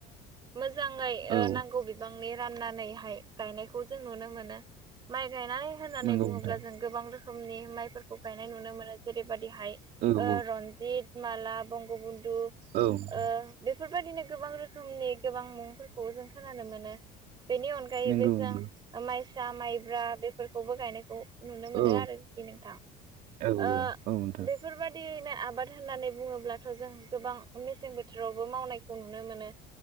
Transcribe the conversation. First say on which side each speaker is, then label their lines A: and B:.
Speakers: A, on the right; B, on the right.
A: मोजाङै
B: औ
A: नांगौ बिबांनि राननानैहाय गायनायखौ जों नुनो मोनो माइ गायनाय होननानै
B: नंगौ
A: बुङोब्ला
B: नोंथां
A: जों गोबां रोखोमनि माइफोरखौ गायनाय नुनो मोनो जेरैबायदिहाय
B: औ औ
A: रन्जित माला बंग बन्धु
B: औ नोंथां
A: ओ बे बेफोरबायदिनो गोबां रोखोमनि गोबां मुंफोरखौ जों खोनानो मोनो। बेनि अनगायैबो
B: नंगौ
A: जों
B: नंगौ
A: माइसा माइब्रा बेफोरखौबो गायनायखौ, नुनो मोनो
B: औ
A: आरोखि नोंथां ओ
B: औ औ नोंथां
A: बेफोरबायदिनो आबाद, होननानै बुङोब्लाथ' जों गोबां मेसें बोथोरावबो मावनायखौ नुनो मोनो,